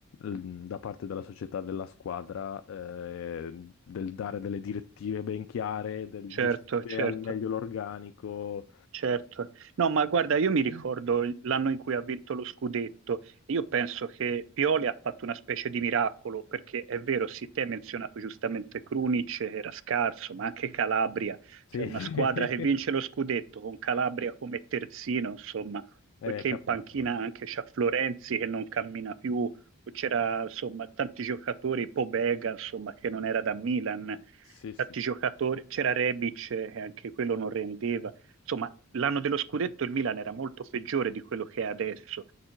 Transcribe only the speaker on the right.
certo,
certo.
Certo, no, ma guarda, io mi ricordo il- l'anno in cui ha vinto lo scudetto e io penso che Pioli ha fatto una specie di miracolo, perché è vero, sì, te hai menzionato giustamente Krunic, che era scarso, ma anche Calabria,
cioè una
squadra che vince lo scudetto con Calabria come terzino, insomma,
poiché
in panchina anche c'ha Florenzi che non cammina più, poi c'era insomma tanti giocatori, Pobega, insomma, che non era da Milan,
tanti giocatori, c'era Rebic eh, che anche quello non rendeva. Insomma, l'anno dello scudetto il Milan era molto peggiore di quello che è adesso.